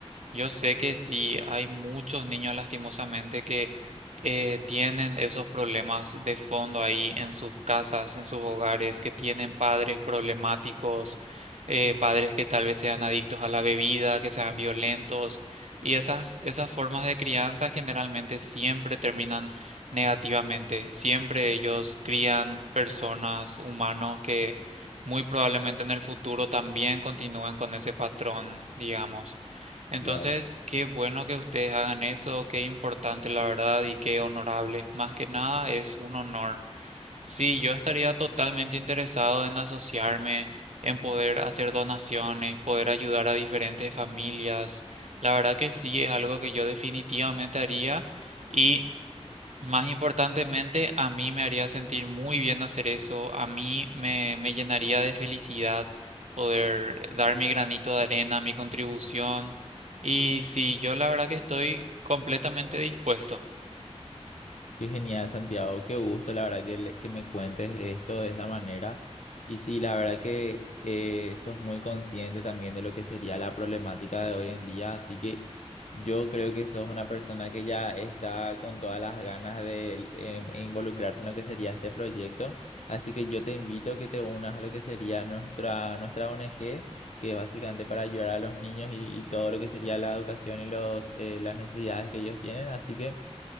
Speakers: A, on the right (about 80°); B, on the left (about 80°).
A: Yo sé que sí, hay muchos niños lastimosamente que eh, tienen esos problemas de fondo ahí en sus casas, en sus hogares, que tienen padres problemáticos, eh, padres que tal vez sean adictos a la bebida, que sean violentos, y esas, esas formas de crianza generalmente siempre terminan negativamente. Siempre ellos crían personas, humanos que muy probablemente en el futuro también continúen con ese patrón, digamos. Entonces,
B: Claro.
A: qué bueno que ustedes hagan eso, qué importante la verdad y qué honorable. Más que nada es un honor. Sí, yo estaría totalmente interesado en asociarme, en poder hacer donaciones, poder ayudar a diferentes familias. La verdad que sí, es algo que yo definitivamente haría y más importantemente, a mí me haría sentir muy bien hacer eso, a mí me, me llenaría de felicidad poder dar mi granito de arena, mi contribución. Y sí, yo la verdad que estoy completamente dispuesto.
B: Qué genial, Santiago. Qué gusto, la verdad, que, le- que me cuentes esto de esa manera. Y sí, la verdad que eh, sos muy consciente también de lo que sería la problemática de hoy en día. Así que yo creo que sos una persona que ya está con todas las ganas de em, e involucrarse en lo que sería este proyecto. Así que yo te invito a que te unas a lo que sería nuestra, nuestra ONG, que es básicamente para ayudar a los niños y, y todo lo que sería la educación y los, eh, las necesidades que ellos tienen. Así que.